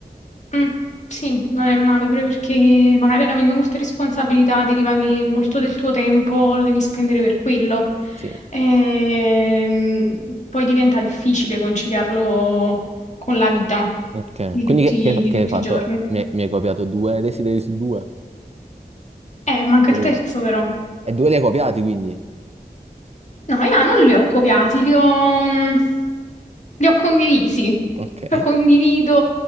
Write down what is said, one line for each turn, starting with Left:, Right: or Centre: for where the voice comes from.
Left: Mm, sì, non è male, pure perché magari avendo molte responsabilità deriva che molto del tuo tempo lo devi spendere per quello.
Right: Sì,
Left: Ehm, poi diventa difficile conciliarlo con la vita
Right: ok.
Left: di
Right: Quindi
Left: tutti,
Right: che, che-
Left: di
Right: che
Left: tutti
Right: hai fatto?
Left: i giorni.
Right: Mi, hai mi hai copiato due desideri su due,
Left: Eh, manca
Right: per
Left: il
Right: ora.
Left: terzo però.
Right: E due li hai copiati, quindi.
Left: No, io non li ho copiati, li ho, mm, li ho condivisi.
Right: Ok.
Left: Cioè, Condivido